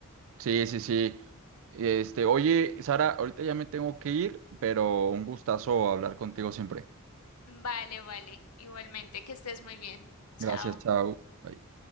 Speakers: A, on the right (about 60°); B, on the left (about 80°).
A: Sí, sí, sí. Este, oye, Sara, ahorita ya me tengo que ir, pero un gustazo hablar contigo siempre.
B: Vale, vale. Igualmente, que estés muy bien. Chao.
A: Gracias, chao. Bye.